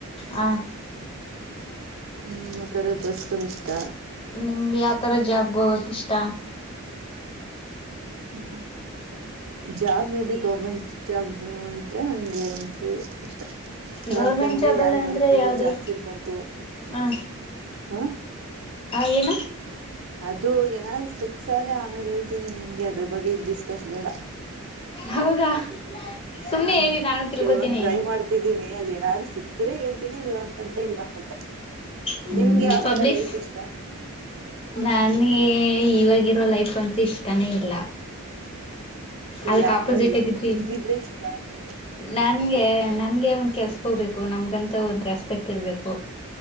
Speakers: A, on the left; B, on the right.
A: ಹ
B: ಹ್ಮ್ ಮತರದ ದಸಗಳು ಇಷ್ಟ
A: ನಿಮ್ಗೆ ಯಾವತರ ಜಾಬ್ಗತ್ ಇಷ್ಟ
B: ಹ್ಮ್ ಜಾಬ್ ಮೇದೆ ಗೌರ್ಮೆಂಟ್ ಜಾಬ್ ಇದ್ರೆ ಹಂಗೆ ಒಂಚೂರು ಇಷ್ಟ
A: ಗೌರ್ಮೆಂಟ್
B: ಅಂತಂದ್ರೆ
A: ಜಾಬ್
B: ಯಾರು
A: ಎಲ್ಲ
B: ವರ್ಕ್
A: ಅಂದ್ರೆ
B: ಪ್ರೆಷರ್
A: ಯಾವ್ದದು
B: ಜಾಸ್ತಿ ಇರ್ಬಾರ್ದು
A: ಹ
B: ಹ
A: ಆ ಏನ
B: ಅದು ಏನಾದ್ರೂ ಫುಕ್ಸ ಆದ್ರೆ ಆಮೇಲೆ ಹೇಳ್ತೀನಿ ನಿಮ್ಗೆ ಅದ್ರ ಬಗ್ಗೆ ಈಗ್ ಡಿಸ್ಕಸ್ ಬೇಡ
A: ಹೌದಾ ಸುಮ್ನೆ
B: ಹ್ಮ್
A: ಹೇಳಿ ನಾನು ತಿಳ್ಕೊತೀನಿ
B: ಕೆಲವೊಂದ್ ಟ್ರೈ ಮಾಡ್ತಿದ್ದೀನಿ ಅದೇಏನಾದರು ಸಿಕ್ತ್ರೆ ಹೇಳ್ತೀನಿ ಇಲ್ಲ ಅಂತಂದ್ರೆ ಇಲ್ಲ ಪಾಪ
A: ಹ್ಮ
B: ನಿಮ್ಗೆ ಯಾವ್
A: ಪಬ್ಲಿಶ್
B: ತರ ಲೈಫ್ ಇಷ್ಟ
A: ನಾನ ಇವಾಗ ಇರೋ ಲೈಫ್ ಅಂತ ಇಷ್ಟನೇ ಇಲ್ಲ
B: ಸರಿ
A: ಅದಕ್
B: ಯಾವ್
A: ಆಪೋಸಿಟ್
B: ತರ ಇದ್ದಿ
A: ಆಗಿದ್ರಿ
B: ಇದ್ದಿದ್ರೆ ಇಷ್ಟ ನಿಮ್ಗೆ
A: ನನ್ಗೆ ನನ್ಗೆ ಒಂದ ಕೆಲ್ಸಕ್ ಹೋಗ್ಬೇಕು ನಮ್ಗಂತ ಒಂದು ರೆಸ್ಪೆಕ್ಟ್ ತಿರಬೇಕು